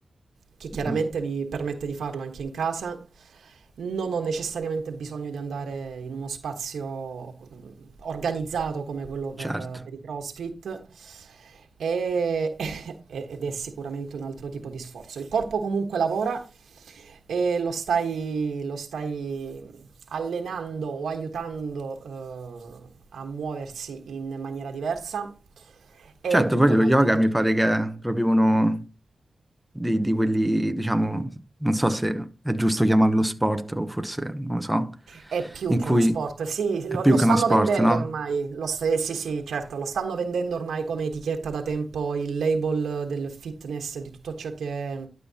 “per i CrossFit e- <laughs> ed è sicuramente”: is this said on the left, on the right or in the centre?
Right